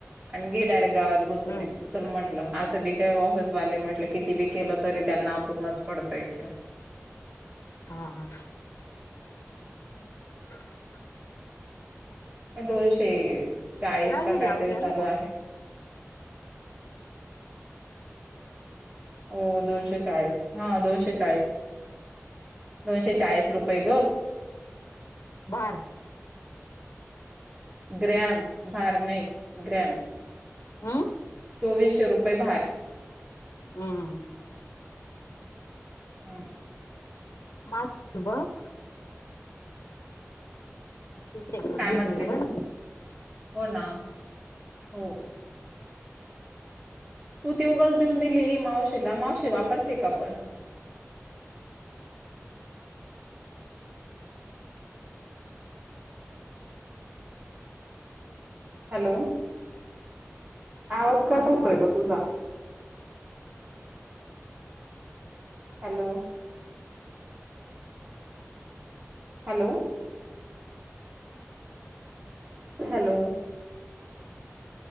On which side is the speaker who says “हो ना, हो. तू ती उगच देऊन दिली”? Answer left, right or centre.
Right